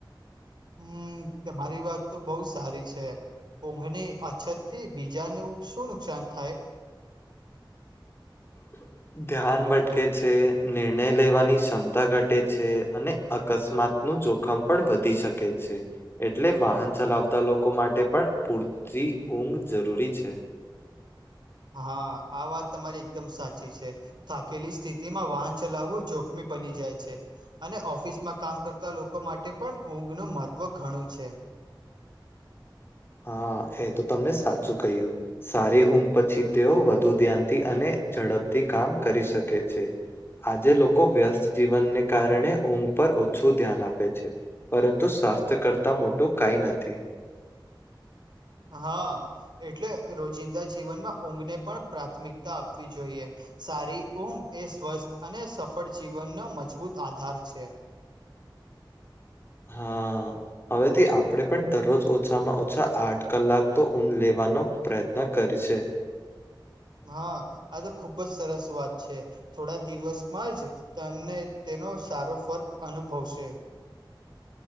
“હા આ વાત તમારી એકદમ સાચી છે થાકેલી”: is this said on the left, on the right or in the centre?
Right